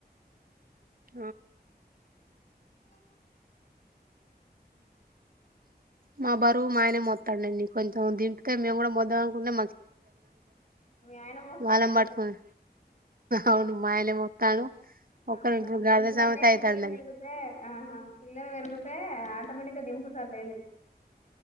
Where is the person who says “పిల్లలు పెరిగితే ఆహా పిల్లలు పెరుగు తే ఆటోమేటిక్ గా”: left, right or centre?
Left